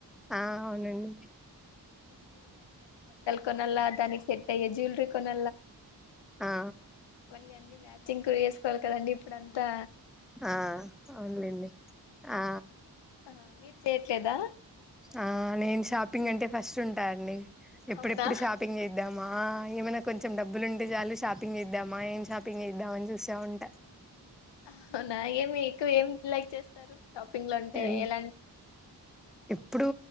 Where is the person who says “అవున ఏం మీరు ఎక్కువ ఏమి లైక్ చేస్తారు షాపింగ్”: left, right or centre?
Left